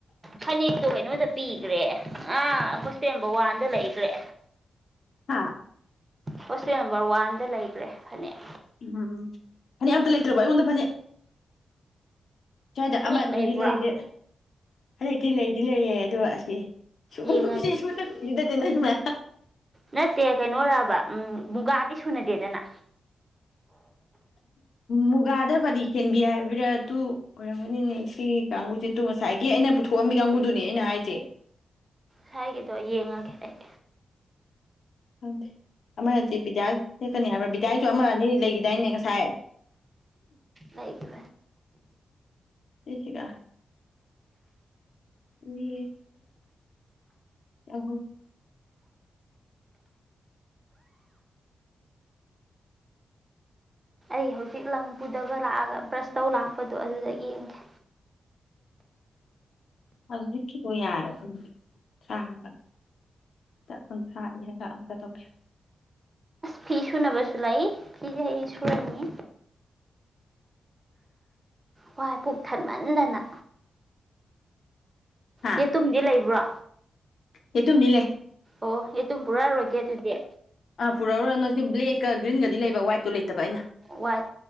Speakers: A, on the right; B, on the left.
A: ꯐꯅꯦꯛꯇꯣ ꯍꯥꯏꯩꯅꯣꯏꯗ ꯄꯤꯈ꯭ꯔꯦ ꯑꯥ ꯍꯣꯁꯇꯦꯜ ꯅꯝꯕꯔ ꯋꯥꯟꯗ ꯂꯩꯈ꯭ꯔꯦ
B: ꯍꯥꯥ
A: ꯍꯣꯁꯇꯦꯜ ꯅꯝꯕꯔ ꯋꯥꯟꯗ ꯂꯩꯈ꯭ꯔꯦ ꯐꯅꯦꯛ
B: ꯎꯝ ꯐꯅꯦꯛ ꯑꯝꯇ ꯂꯩꯇ꯭ꯔꯕꯣ ꯑꯩꯉꯣꯟꯗ ꯐꯅꯦꯛ ꯁ꯭ꯋꯥꯏꯗ
A: ꯐꯅꯦꯛ
B: ꯑꯃ ꯑꯅꯤꯗꯤ
A: ꯂꯩꯕ꯭ꯔꯥ
B: ꯂꯩꯔꯦ ꯍꯟꯗꯛꯇꯤ ꯂꯩꯗꯤ ꯂꯩꯔꯦ ꯑꯗꯣ ꯑꯁꯤ ꯁꯨꯝꯕꯨ
A: ꯌꯦꯡꯉꯒꯦ
B: ꯦꯁ ꯃ ꯃꯇꯝ ꯅꯨꯗ ꯅꯅꯃꯃꯦ
A: ꯅꯠꯇꯦ ꯀꯩꯅꯣꯔꯕ ꯎꯝ ꯃꯨꯒꯥꯗꯤ ꯁꯨꯅꯗꯦꯗꯅ
B: ꯃꯨꯒꯥꯗ ꯗꯤ ꯍꯦꯟꯕꯤ ꯍꯥꯏꯕꯔꯥ ꯑꯗꯨ ꯑꯣꯏꯔꯝꯒꯅꯤꯅꯦ ꯁꯤꯒꯤ ꯀꯥꯡꯕꯨꯁꯤ ꯇꯨ ꯉꯁꯥꯏꯒꯤ ꯑꯩꯅ ꯄꯨꯊꯣꯛꯑꯝꯃꯤ ꯀꯥꯡꯕꯨꯗꯨꯅꯦ ꯑꯩꯅ ꯍꯥꯏꯁꯦ
A: ꯍꯥꯏꯒꯤꯗꯣ ꯌꯦꯡꯉꯒꯦ ꯑꯩ
B: ꯈꯪꯗꯦ ꯑꯃꯗꯤ ꯕꯤꯗ꯭ꯌꯥ ꯁꯦꯛꯀꯅꯤ ꯍꯥꯏꯕ꯭ꯔꯥ ꯕꯤꯗ꯭ꯌꯥꯏꯁꯨ ꯑꯃ ꯑꯅꯤ ꯂꯩꯈꯤꯗꯥꯏꯅꯦ ꯉꯁꯥꯏ
A: ꯂꯩꯏ ꯀ꯭ꯔ
B: ꯁꯤꯁꯤꯒ ꯏ ꯑ
A: ꯑꯩ ꯍꯧꯖꯤꯛ ꯂꯪ ꯄꯨꯗꯕ ꯂꯥꯛꯑꯒ ꯕ꯭ꯔꯁ ꯇꯧ ꯂꯥꯛꯄꯗꯣ ꯑꯗꯨꯗ ꯌꯦꯡꯒꯦ
B: ꯍꯧꯖꯤꯛꯀꯤꯗ ꯌꯥꯔꯦ ꯊꯕ ꯀꯨꯟ ꯊ ꯏꯔꯒ ꯑꯝꯇ ꯇꯧꯕꯤꯌꯨ
A: ꯐꯤ ꯁꯨꯅꯕꯁꯨ ꯂꯥꯛꯏ ꯐꯤꯁꯦ ꯍꯌꯦꯡ ꯁꯨꯔꯅꯤ ꯋꯥꯏ ꯄꯨꯣꯛ ꯊꯟꯃꯟꯗꯅ
B: ꯍꯥ
A: ꯌꯦꯇꯨꯝꯗꯤ ꯂꯩꯕ꯭ꯔꯣ
B: ꯌꯦꯇꯨꯝꯗꯤ ꯂꯩ
A: ꯑꯣ ꯌꯦꯇꯨꯝ ꯄꯨꯔꯛꯔꯣꯏꯒꯦ ꯑꯗꯨꯗꯤ
B: ꯄꯨꯔꯛꯔꯨꯔ ꯅ ꯁꯤ ꯕ꯭ꯂꯦꯛꯀ ꯒ꯭ꯔꯤꯟꯒꯗꯤ ꯂꯩꯕ ꯋꯥꯏꯠꯇꯣ ꯂꯩꯇꯕ ꯑꯩꯅ
A: ꯋꯥꯏꯠ